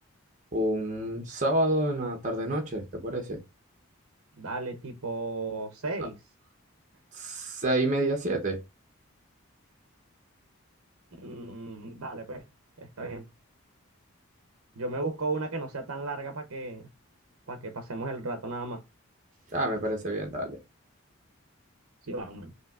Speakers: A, on the right (about 35°); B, on the right (about 75°).
A: un sábado en la tarde-noche, ¿te parece?
B: Dale, tipo 6,
A: Ah, Seis y media, siete.
B: Mm, dale, pues, está bien. Yo me busco una que no sea tan larga para que, para que pasemos el rato nada más.
A: Ah, me parece bien, dale.
B: Sí, vamos.